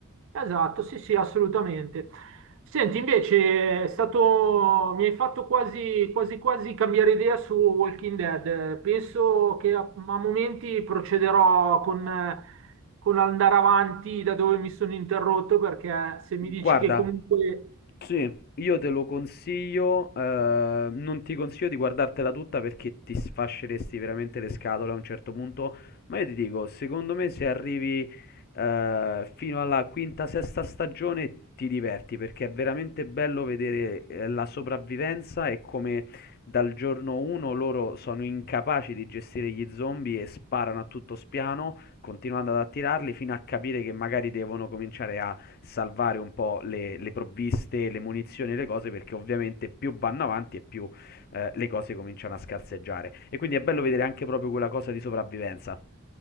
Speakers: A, on the right; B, on the left.
A: Esatto, sì, sì, assolutamente. Senti, invece è stato, mi hai fatto quasi, quasi, quasi cambiare idea su Walking Dead. Eh, Penso che a, a momenti procederò con, eh, con andare avanti da dove mi sono interrotto, perché se mi
B: Guarda,
A: dici che comunque
B: sì, io te lo consiglio, eh, non ti consiglio di guardartela tutta perché ti sfasceresti veramente le scatole a un certo punto, ma io ti dico, secondo me se arrivi eh, fino alla quinta, sesta stagione ti diverti perché è veramente bello vedere eh, la sopravvivenza e come dal giorno 1 loro sono incapaci di gestire gli zombie e sparano a tutto spiano, continuando ad attirarli fino a capire che magari devono cominciare a salvare un po' le, le provviste, le munizioni, le cose, perché ovviamente più vanno avanti e più eh, le cose cominciano a scarseggiare. E quindi è bello vedere anche proprio quella cosa di sopravvivenza.